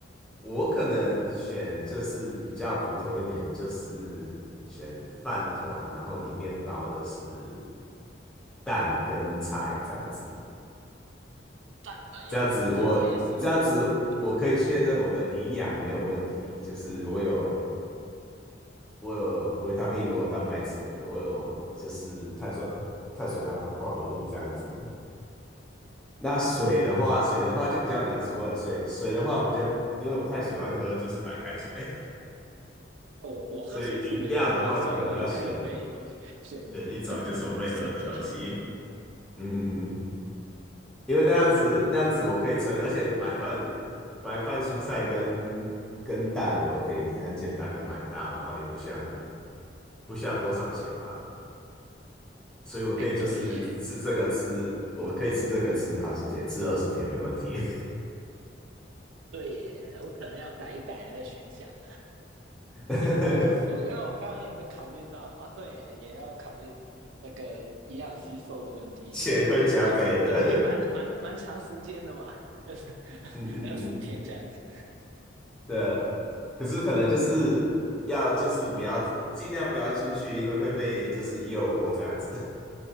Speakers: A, in the centre; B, on the right.
A: 我可能选就是比较普通一点，就是选饭团，然后里面包的是蛋跟菜这样子。
B: 饭团也饭团也是蛮好的，
A: 这样子我这样子我可以确认我的营养没有问题，就是我有我有维他命，我有蛋白质，我有就是碳酸碳水还有化合物这样子。那水的话，水的话就比较难说了。水水的话不就，因为我不太喜欢喝，就是白开水，
B: 我我喝水是没问题，
A: <laughs> 所以饮料的话可能要选
B: 所以我应该也会选选择水就好了。
A: 选一种就是我会喝的东西。嗯嗯嗯。因为那样子那样子我可以称，
B: 哦，
A: 而且白饭白饭、蔬菜跟跟蛋我都可以很简单的买到，然后也不需要很不需要多少钱嘛，所以我可以就是吃这个吃，
B: 哎，对耶，
A: 我可以吃这个吃好几天，吃二十天没问题，
B: 对耶，我可能要改一改那个选项了。
A: <laughs>
B: 听你这样说，因为我刚刚也没考虑到啊，对耶也要考虑那个营养吸收的问题，
A: 钱会加倍的，
B: 也也对，也蛮蛮蛮长时间的嘛，二十
A: <laughs> 嗯嗯嗯，
B: 二十天这样子。
A: 对啊，可是可能就是要就是不要尽量不要出去，因为会被就是诱惑这样子，